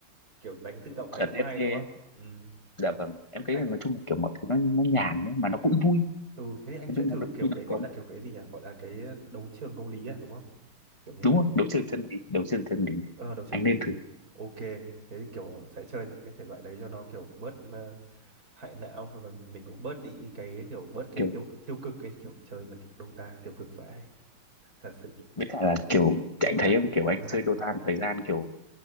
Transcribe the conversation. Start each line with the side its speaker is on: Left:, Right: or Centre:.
Right: kiểu đánh tự động
Left: ở
Right: này cũng
Left: TFT
Right: hay đúng không ừ
Left: dạ vâng em thấy
Right: anh
Left: là nói chung là kiểu mọi thứ nó nó nhàn ấy mà nó cũng vui
Right: ừ thế thì anh
Left: nói
Right: sẽ
Left: chung
Right: thử
Left: là đôi
Right: kiểu
Left: khi nó
Right: cái gọi
Left: có
Right: là kiểu cái gì nhỉ gọi là cái đấu trường công lý à đúng không kiểu như
Left: đúng
Right: thế
Left: rồi đấu trường chân lý đấu trường chân lý
Right: ờ đấu trường
Left: anh
Right: chân
Left: nên
Right: lý
Left: thử
Right: ok thế thì kiểu sẽ chơi những cái thể loại đấy cho nó kiểu bớt ờ, hại não và mình mình cũng bớt đi cái kiểu bớt cái
Left: kiểu
Right: tiêu tiêu cực cái kiểu chơi mà kiểu Dota tiêu cực vãi thật sự
Left: với cả là kiểu
Right: độc
Left: anh
Right: hại
Left: thấy không kiểu
Right: độc
Left: anh
Right: hại
Left: chơi
Right: độc
Left: Dota
Right: hại
Left: một thời gian kiểu